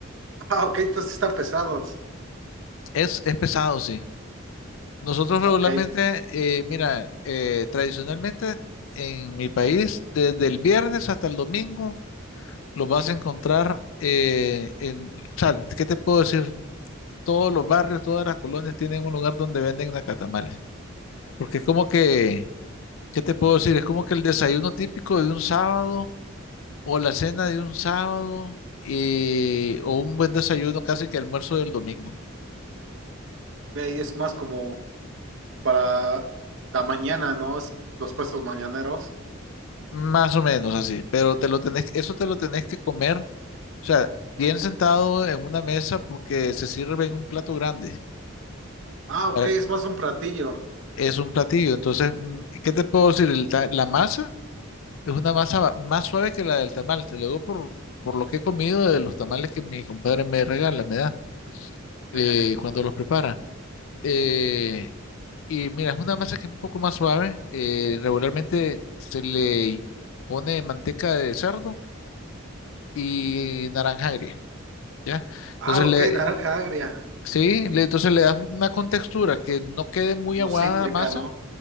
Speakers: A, on the right (about 60°); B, on the left (about 65°).
A: Ah, ok, entonces sí están pesados.
B: Es, es pesado, sí. Nosotros regularmente,
A: Ok, eh,
B: eh, mira, eh, tradicionalmente en mi país, desde el viernes hasta el domingo, los vas a encontrar eh, en, o sea, ¿qué te puedo decir? Todos los barrios, todas las colonias tienen un lugar donde venden nacatamales. Porque es como que, ¿qué te puedo decir? Es como que el desayuno típico de un sábado o la cena de un sábado eh, o un buen desayuno casi que almuerzo del domingo.
A: y es más como para la mañana, ¿no? Es los puestos mañaneros.
B: Más o menos así, pero te lo tenés, eso te lo tenés que comer, o sea, bien sentado en una mesa porque se sirve en un plato grande.
A: Ah, ok,
B: para-
A: es más un platillo.
B: Es un platillo, entonces, mm, ¿qué te puedo decir? El ta- la masa es una masa ba- más suave que la del tamal, te lo digo por, por lo que he comido de los tamales que mi compadre me regala, me da, eh,
A: <laughs>
B: cuando los prepara. Eh, y mira, es una masa que es un poco más suave. eh, regularmente se le pone manteca de cerdo y naranja agria, ¿ya? Entonces
A: Ah, ok,
B: le,
A: naranja agria.
B: sí, le- entonces le das una contextura que no quede muy
A: Como
B: aguada
A: cítrica,
B: la masa
A: ¿no?